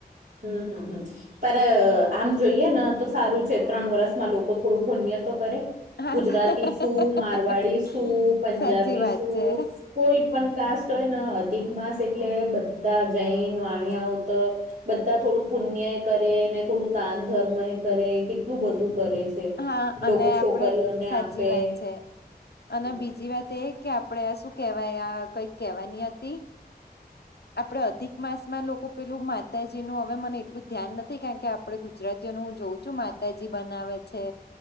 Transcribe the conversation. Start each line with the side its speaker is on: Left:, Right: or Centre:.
Right: હમ હમ હમ <inaudible> પર
Left: હમ
Right: આમ જોઈએ ને તો સારું છે. ત્રણ વર્ષમાં લોકો થોડું પુણ્ય તો કરે-
Left: હા
Right: ગુજરાતી શું મારવાડી શું પંજાબી
Left: સાચી વાત
Right: શું
Left: છે
Right: કોઈ પણ કાસ્ટ હોય ને અધિક માસ એટલે બધા જૈન વાણિયાઓ તો બધા થોડું પુણ્ય એ કરે ને થોડું દાન ધર્મ એ કરે કેટલું બધું કરે છે.
Left: હા
Right: લોકો
Left: અને
Right: છોકરીઓને
Left: આપડે સાચી
Right: આપે
Left: વાત છે. અને
Right: હમ
Left: બીજી વાત એ કે આપણેે આ શું કેવાય આ કંઈક કેહેવાની હતી. આપડે અધિક માસમાં લોકો પેલું માતાજી નું હવે મને એટલું ધ્યાન નથી કારણ કે આપડ ગુજરાતીઓને હું જોઉં છું માતાજી બનાવે છે.